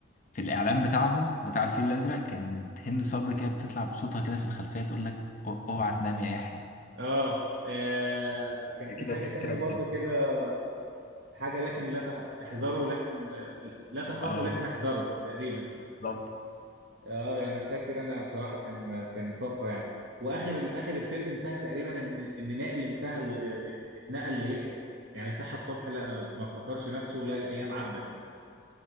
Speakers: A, on the left (about 40°); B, on the right (about 70°).
A: في الاعلان بتاعهم بتاع الفيل الازرق كانت هند صبري كده بتطلع بصوتها كده في الخلفيه تقول لك "أو- اوعى تنام يا يحيى
B: اه آه، كان في
A: كده
B: حاجه
A: الفكره
B: تانية برضو
A: مهمة
B: كده حاجه لكن لا تح- احذروا لكن آه، لا تخافوا
A: اه
B: لكن احذروا تقريبا
A: بالظبط
B: اه يعني انا فاكر انا بصراحه كان كان طفره يعني واخر اخر الفيلم انتهى تقريبا ان ان نائل انتهى ال- اتنقل ليحيى يعني صحى الصبح لا ما افتكرش نفسه لا الايام عدت